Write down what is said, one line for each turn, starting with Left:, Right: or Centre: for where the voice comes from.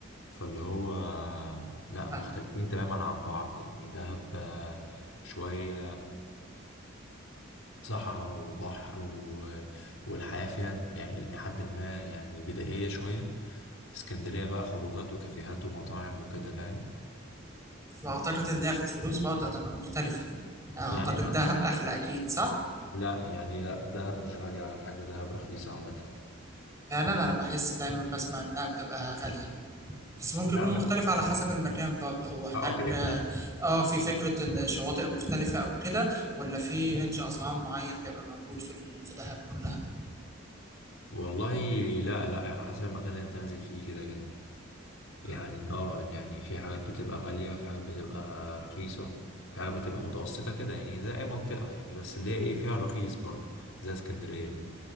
Left: فاللي هو لا
Right: فاهمك
Left: مختلفين
Right: آه.
Left: تماما عن بعض يعني مم. دهب آه، شوية صحراء وبحر و... والحياة فيها يعني إلى حد ما يعني بدائية شوية اسكندرية بقى خروجات وكافيهات ومطاعم وكده فاهم؟
Right: وأعتقد إن هي في الفلوس برضه هتبقى مختلفة يعني
Left: يعني
Right: أعتقد دهب أغلى أكيد صح؟
Left: لا يعني لا دهب مش غالي ولا حاجة دهب رخيصة عامة
Right: فعلا أنا بحس دايما بسمع إنها بتبقى غالية بس ممكن
Left: لا
Right: يكون مختلف على حسب المكان برضه هو هناك
Left: اه كده
Right: اه
Left: كده
Right: آه، في فكرة ان شواطئ مختلفة او كده ولا في رينج اسعار معين بيبقى موجود في ال- في دهب كلها
Left: والله لا لا على حسب المكان اللي انت نازل فيه كده كده يعني
Right: مم.
Left: اه يعني في حاجات بتبقى غالية في حاجات بتبقى رخيصة في حاجات بتبقى متوسطة كده يعني زي أي منطقة يعني بس اللي هي ايه فيها الرخيص برضو زي اسكندرية كده